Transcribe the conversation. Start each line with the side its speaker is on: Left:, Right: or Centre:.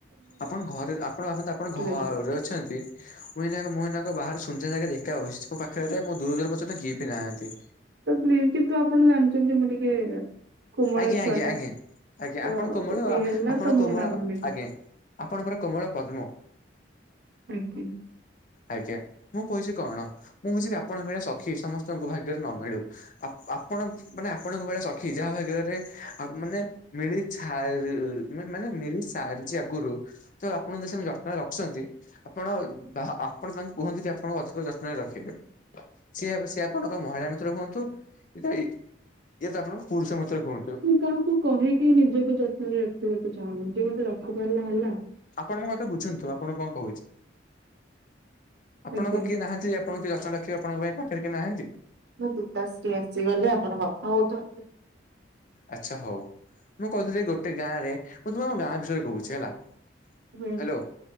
Left: ଆପଣ ଘରେ, ଆପଣ ଆପଣ ଘରେ
Right: ଲାଗିବ
Left: ଅଛନ୍ତି? ମୁଁ ଏନା ମୁଁନାଙ୍କ ବାହାରୁ ସୁନନ୍ଦ ଯା ଦେଖା ବସିଛି ମୋ ପାଖରେ ମୁଁ ଦୂର ଦୂର ପର୍ଯ୍ୟନ୍ତ କିଏ ବି ନାହାନ୍ତି
Right: ତ ପ୍ଲିଜ କିନ୍ତୁ ଆପଣ ଜାଣିଛନ୍ତି ମୁଁ ଟିକେ କୋମଳ
Left: ଆଜ୍ଞା
Right: ଛୁଆ
Left: ଆଜ୍ଞା
Right: ଟା
Left: ଆଜ୍ଞା ଆଜ୍ଞା
Right: ତ
Left: ଆପଣ କୋମଳ
Right: ଯଦି ହେଲା
Left: ଆପଣ
Right: ତ ମୁଁ
Left: କୋମଳ
Right: ନାମ ନେବି
Left: ଆଜ୍ଞା ଆପଣ ପୁରା କୋମଳ ପଦ୍ମ।
Right: ଆଜ୍ଞା।
Left: ଆଜ୍ଞା ମୁଁ କହୁଛି କଣ? ମୁଁ କହୁଛି କି ଆପଣଙ୍କ ଭଳିଆ ସଖି ସମସ୍ତଙ୍କୁ ଭାଗ୍ୟରେ ନ ମିଳୁ, ଆପଣ ମାନେ ଆପଣଙ୍କ ଭେଆ ସଖି ଯାହା ଭାଗରେ ଆ ମାନେ ମିଳି ସାରି, ମାନେ ମିଳି ସାରିଛି ଆଗରୁ ତ ଆପଣ ଯଦି ସେ ଯତ୍ନରେ ରଖିୁଛନ୍ତି। ଆପଣ ବା ଆପଣ ତାଙ୍କୁ କୁହନ୍ତି ଆପଣଙ୍କୁ ଅଧିକ ଯତ୍ନରେ ରଖିବେ। ସିଏ ସେି ଆପଣଙ୍କ ମହିଳା ମିତ୍ର ହୁଅନ୍ତୁ, ଏଟ ଇଏ ତ ଆପଣ ପୁରୁଷ ମିତ୍ର କୁହନ୍ତି।
Right: ମୁଁ କାହାକୁ କହିକି ନିଜକୁ ଯତ୍ନରେ ରଖିବାକୁ ଚାହୁଁନି ଯେ ମତେ ରଖିପାରିଲା ହେଲା।
Left: ଆପଣଙ୍କ କଥା ବୁଝନ୍ତୁ ଆପଣଙ୍କୁ କଣ କହୁଛି? ଆପଣଙ୍କ
Right: ଆଜ୍ଞା।
Left: କିଏ ନାହାନ୍ତି? ଆପଣ କିଛି ରଚଣ ଲଖୀ ଆପଣଙ୍କ ପାଖରେ କି ନାହାନ୍ତି।
Right: ମୁଁ ପିତାଶ୍ରୀ ଆସିଗଲେ, ଆପଣ କଥା ହୁଉନ୍ତୁ?
Left: ଆଛା ହଉ, ମୁଁ କହୁଥିଲି ଗୋଟେ ଗାଁରେ, ମୁଁ ତୁମେମ ଗାଁ ବିଷୟରେ କହୁଛି ହେଲା
Right: ହୁଁ
Left: ହାଲୋ